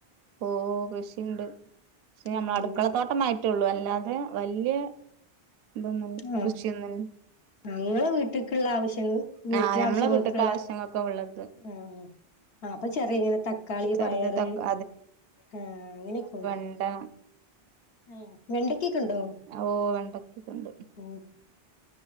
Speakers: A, on the right (about 75°); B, on the left (about 75°).
A: ഓഹ് കൃഷിണ്ട് പക്ഷെ
B: ആഹ്
A: നമ്മള
B: എന്ത്
A: അടുക്കളത്തോട്ടം ആയിറ്റുള്ളൂ അല്ലാതെ വല്യേ ഇതന്നും
B: ആഹ് ആഹ്
A: കൃഷിയൊന്നൽ
B: ഞങ്ങളെ വീട്ട്ക്ക്ള്ള ആവശ്യങ്ങൾ വീട്ടിലെ
A: ആഹ് നമ്മളെ
B: ആവശ്യങ്ങൾക്ക്
A: വീട്ട്ക്ക്
B: ളേള
A: ആവശ്യങ്ങൾക്കെ ഉള്ളത്
B: ഉം ആഹ് അപ്പ ചെറിയ ഇങ്ങനെ ത ക്കാളി
A: ചെറുത്
B: പയറ്
A: തക്ക
B: ആഹ് അങ്ങനെയൊക്കെ ഉള്ളൂ.
A: ണ്ടാ
B: ഓഹ് വെണ്ടക്കക്കേ ണ്ടോ?
A: ഓ വെണ്ടക്കൊക്കെണ്ട്
B: ഉം